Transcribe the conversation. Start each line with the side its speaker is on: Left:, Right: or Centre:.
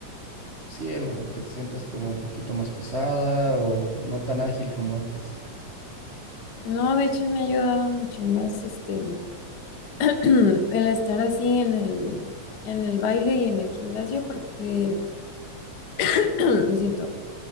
Right: Sí, a lo mejor que te sientas como un poquito más pesada o no tan ágil como antes.
Left: No, de hecho me ha ayudado mucho más este <clears throat> el estar así en el en el baile y en el gimnasio porque <clears throat> lo siento,